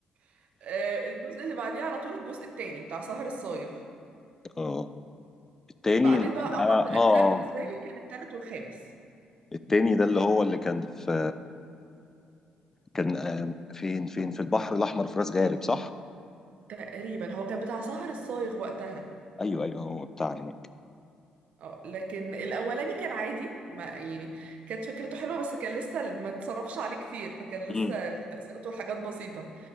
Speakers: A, on the right; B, on the left.
A: <laughs> آه، الجزء اللي بعديه على طول الجزء التاني بتاع سهر الصايغ
B: اه التاني
A: بعدين
B: اللي كان-
A: بقى
B: اه
A: اضعف الاجزاء
B: اه
A: بالنسبه لي كان التالت والخامس
B: التاني ده اللي هو اللي كان في كان آه، فين فين في البحر الاحمر في راس غارب صح؟
A: تقريبا هو كان بتاع سهر الصايغ وقتها
B: ايوه ايوه هو بتاع هناك
A: اه لكن الاولاني كان عادي ما يعني كانت فكرته حلوه بس كان لسه ما اتصرفش عليه كتير فكان لسه
B: مم.
A: التاثيرات والحاجات بسيطه